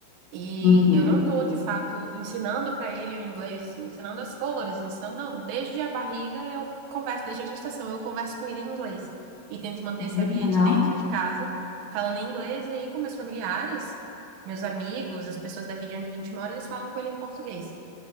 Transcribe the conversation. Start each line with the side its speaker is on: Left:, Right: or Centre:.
Right: E
Left: uhum.
Right: eu não estou, de fato, ensinando para ele o inglês, ensinando as cores, ensinando, não. Desde a barriga eu converso, desde a gestação, eu converso com ele em inglês. E tento manter
Left: Olha
Right: esse ambiente
Left: que legal.
Right: dentro de casa, falando em inglês, e aí com meus familiares, meus amigos, as pessoas daqui de onde a gente mora, eles falam com ele em português.